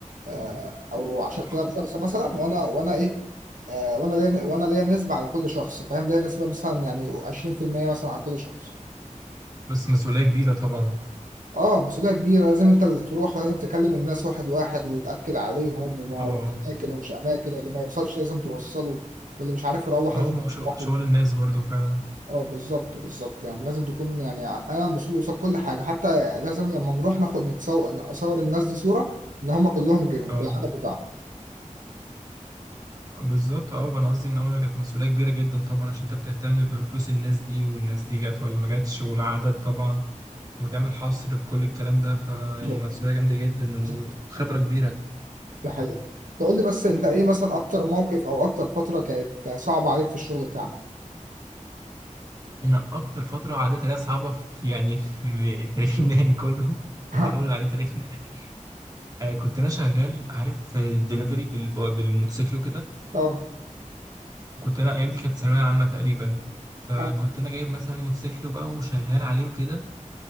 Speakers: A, on the right; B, on the right.
A: آه، أو عشرة
B: اه
A: آلاف شخص مثلا وأنا وأنا إيه آه، وأنا ليا وأنا ليا نسبة على كل شخص فاهم ليا نسبة مثلا يعني عشرين في المية مثلا على كل شخص
B: بس مسؤوليه كبيره طبعا
A: اه مسؤولية كبيرة لازم انت اللي تروح ولازم تكلم الناس واحد واحد وتأكد عليهم وما-
B: اه
A: وأماكن ومش أماكن اللي ما يوصلش لازم توصله واللي مش عارف يروح لازم
B: اه ما هو شغ-
A: يروح
B: شغل الناس برضو فعلا
A: اه بالظبط بالظبط يعني لازم تكون يعني انا مسؤول قصاد كل حاجه حتى لازم لما نروح ناخد نتصور نصور الناس دي صوره ان هم كلهم جيهم
B: اه
A: بالعدد بتاعهم
B: بالظبط اه انا قصدي ان هو كانت مسؤوليه كبيره جدا طبعا عشان انت بتهتم بفلوس الناس دي والناس دي جت ولا ما جاتش والعدد طبعا وتعمل حصر بكل الكلام ده فيعني
A: بالظبط
B: مسؤولية جامدة جدا
A: بالظبط
B: وخبرة كبيرة
A: ده حقيقه تقول لي بس انت ايه مثلا اكتر موقف او اكتر فتره كانت صعبه عليك في الشغل بتاعك
B: أنا أكتر فترة عدت عليها صعبة في يعني في <laughs> التاريخ المهني كله <laughs>
A: <laughs>
B: لو
A: ها،
B: هنقول عليه تاريخ مهني آه كنت أنا شغال عارف في الدليفري بال- بالموتوسيكل وكده
A: طبعا
B: كنت أنا أيام دي كانت ثانوية عامة تقريبا فكنت
A: اه،
B: أنا جايب مثلا موتوسيكل وبقى وشغال عليه وكده